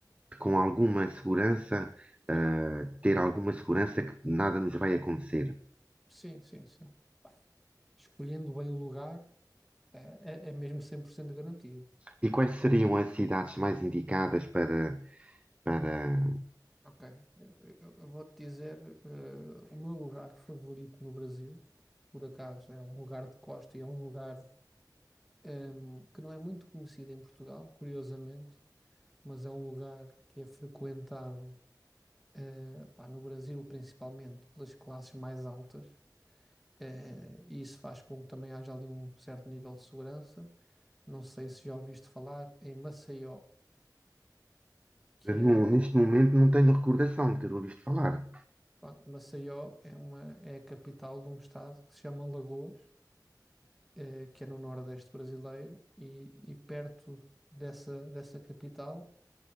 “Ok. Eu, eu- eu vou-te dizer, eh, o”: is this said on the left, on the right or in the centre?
Centre